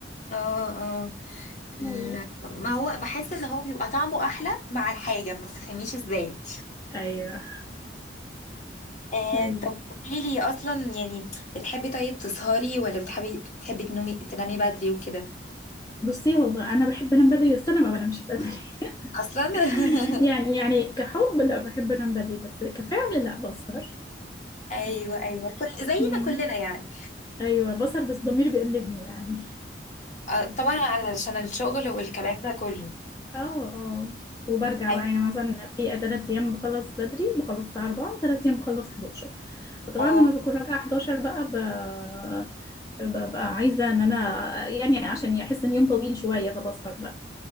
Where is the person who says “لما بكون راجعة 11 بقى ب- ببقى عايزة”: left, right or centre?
Left